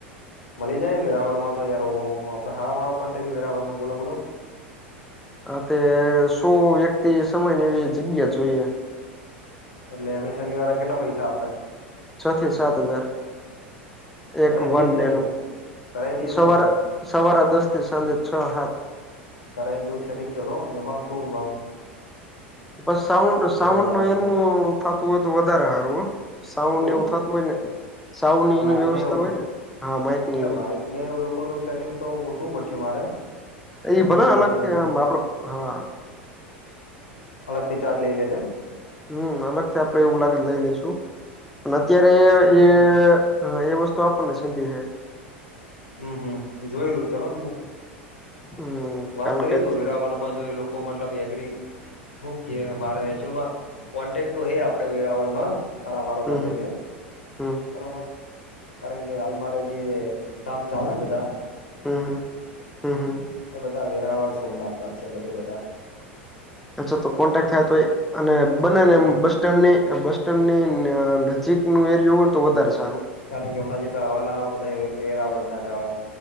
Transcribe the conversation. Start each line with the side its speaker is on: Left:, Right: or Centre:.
Left: મળી જાય વેરાવળમાં તો યાર ઓહોહો આપડે હારામ હારો કોન્ટેક હે વેરાવળમાં બોલો બોલો.
Centre: હ તે શું વ્યક્તિ સમયને એવી જગ્યા જોઈએ.
Left: એટલે એમ એસ એમી વાળા કેટલા પૈસા આપે?
Centre: છથી સાત હજાર એક
Left: કરાઈ
Centre: વન
Left: દઈએ
Centre: ડેનું
Left: સેટિંગ કરાઈ દઈએ
Centre: સવારે
Left: સેટિંગ
Centre: સવારે દસથી સાંજે છ હાત.
Left: કરાઈ દઉ સેટિંગ ચલો એમાં શું નવું.
Centre: પર સાઉન્ડ સાઉન્ડનુ
Left: વેરાવળમાં
Centre: એનું થતું હોય તો વધારે હારુ હો. સાઉન્ડ
Left: શું
Centre: એવું થાતું હોયને સાઉન્ડને એની
Left: માઈક
Centre: વ્યવસ્થા
Left: એવું
Centre: હોય ને. હા માઈક ની
Left: એટલે માઈકને એવું લોકોનું સેટિંગ તો પૂશવુ પડશે મારે. કે
Centre: એ
Left: એમની
Centre: ભલે
Left: જોડે
Centre: અલગથી
Left: છે કે
Centre: આમ
Left: નહી
Centre: આપડે હા
Left: અલગથી ચાર્જ લઈ લે એમ.
Centre: હમ્મ, અલગથી આપડે એવું લાગે તો લઈ લઈશું પણ અત્યારે
Left: હમ
Centre: એ
Left: હમ હમ
Centre: હા એ વસ્તુ આપણને સીન્ધી હે.
Left: હમ હમ જોયેલું ચલો ને હું
Centre: હમ
Left: વાત
Centre: કારણ
Left: કરી
Centre: કે
Left: જોઉ વેરાવળમાં જો એ લોકો મતલબ એગ્રી હું કે મારે એચુલમાં કોન્ટેક તો હે આપડે વેરાવળમાં હારામ હારો
Centre: હમ
Left: કોન્ટેક
Centre: હમ
Left: હે.
Centre: હમ
Left: બરોબર, કારણ કે હાલ મારે જે કામ ચાલેન બધાં
Centre: હમ્મ હમ્મ હમ્મ હમ્મ.
Left: એ બધા વેરાવળ સોમનાથના છે બધે બધાં.
Centre: અચ્છા તો કોન્ટેક્ટ થાય તો એ અને બનેને
Left: એ ટોટલી
Centre: એમ બ સ્ટેન્ડની બસસ્ટેન્ડની ન નજીકનો એરિયો હોય ને તો વધારે સારું.
Left: કારણ કે હમણાં જેટલા હવાલા આવે બધાં વેરાવળના જ આવે.